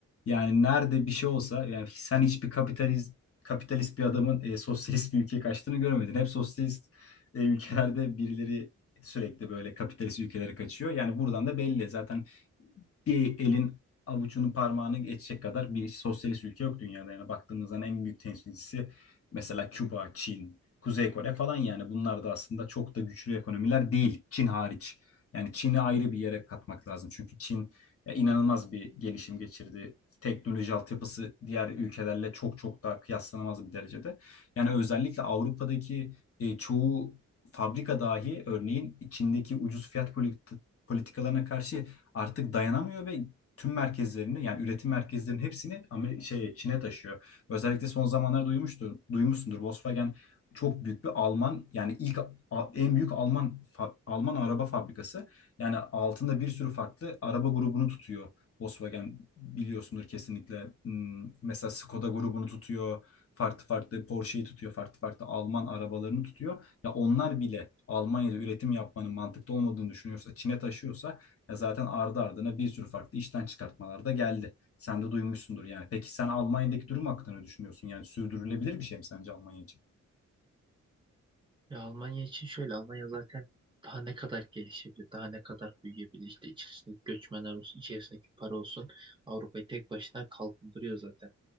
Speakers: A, on the left; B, on the right.
A: yani nerede bir şey olsa yani sen hiçbir kapitalist kapitalist bir adamın e, sosyalist bir ülkeye kaçtığını görmedin. Hep sosyalist e, ülkelerde birileri sürekli böyle kapitalist ülkelere kaçıyor. Yani buradan da belli. Zaten bir elin avucunun parmağını geçecek kadar bir sosyalist ülke yok dünyada. Yani baktığımızda en büyük temsilcisi mesela Küba, Çin, Kuzey Kore falan yani bunlar da aslında çok da güçlü ekonomiler değil Çin hariç. Yani Çin'i ayrı bir yere katmak lazım. Çünkü Çin ya, inanılmaz bir gelişim geçirdi. Teknoloji altyapısı diğer ülkelerle çok çok daha kıyaslanamaz bir derecede. Yani özellikle Avrupa'daki e, çoğu fabrika dahi örneğin Çin'deki ucuz fiyat polit- politikalarına karşı artık dayanamıyor ve tüm merkezlerini yani üretim merkezlerinin hepsini ama şey Çin'e taşıyor. Özellikle son zamanlarda duymuştur, duymuşsundur. Volkswagen çok büyük bir Alman yani ilk a- en büyük Alman fa- Alman araba fabrikası. Yani altında bir sürü farklı araba grubunu tutuyor. Volkswagen biliyorsundur kesinlikle. Hmm, Mesela Skoda grubunu tutuyor. Farklı farklı Porsche'yi tutuyor. Farklı farklı Alman arabalarını tutuyor. Ya onlar bile Almanya'da üretim yapmanın mantıklı olmadığını düşünüyorsa, Çin'e taşıyorsa e zaten ardı ardına bir sürü farklı işten çıkartmalar da geldi. Sen de duymuşsundur yani. Peki sen Almanya'daki durum hakkında ne düşünüyorsun? Yani sürdürülebilir bir şey mi sence Almanya için?
B: Ya Almanya için şöyle Almanya zaten daha ne kadar gelişebilir, daha ne kadar büyüyebilir işte içerisindeki göçmenler olsun, içerisindeki para olsun Avrupa'yı tek başına kalkındırıyor zaten.